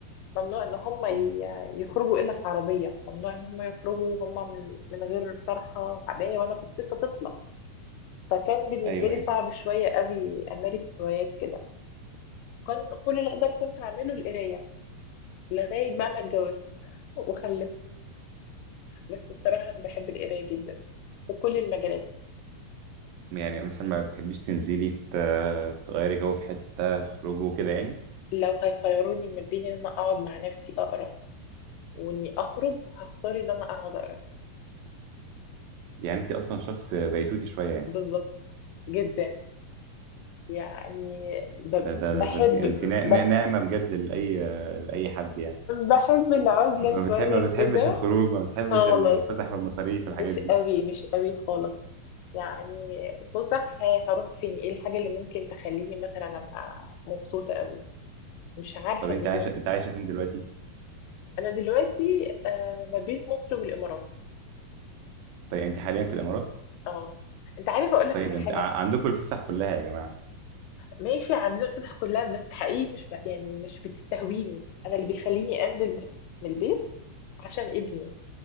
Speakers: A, on the left; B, on the right.
A: ممنوع ان هم
B: مم.
A: ي- يخرجوا الا في عربيه ممنوع ان هم يخرجوا هم من من غير طرحه وعبايه وانا كنت لسه طفله فكان بالنسبه
B: ايوه
A: لي
B: ايوه
A: صعب شويه قوي امارس هوايات كده كان كل اللي اقدر كنت اعمله القرايه لغايه بقى ما اتجوزت وخلفت بس بصراحه انا بحب القرايه جدا في كل المجالات
B: يعني مثلا ما بتحبيش تنزلي ت- تغيري جو في حتة تخرجوا كده يعني
A: لو هيخيروني ما بين ان انا اقعد مع نفسي اقرا واني اخرج هختار ان انا اقعد اقرا
B: يعني انت اصلا شخص بيتوتي شويه يعني
A: بالظبط جدا يعني ب-
B: ده ده
A: بحب
B: ده انت انت نا-
A: بحب
B: نا- ناعمه بجد لاي لاي حد يعني
A: بحب العزلة
B: ما
A: شوية
B: بتحب ما بتحبش
A: كده
B: الخروج ما بتحبش
A: خالص
B: الفسح والمصاريف والحاجات
A: مش
B: دي
A: قوي مش قوي خالص يعني فسح هي- هروح فين ايه الحاجة اللي ممكن تخليني مثلا ابقى مبسوطة قوي مش عارفة
B: طب انت
A: اني
B: عايشه
A: ممكن
B: انت عايشه فين دلوقتي
A: انا دلوقتي آه ما بين مصر والامارات
B: طيب انت حاليا في الامارات
A: اه انت عارفة اقول لك
B: طيب
A: على
B: انت
A: حاجة
B: ع- عندكم الفسح كلها يا جماعه
A: ماشي عندنا الفسح كلها بس حقيقي مش ب... يعني مش بتستهويني انا اللي بيخليني انزل بس من البيت عشان ابني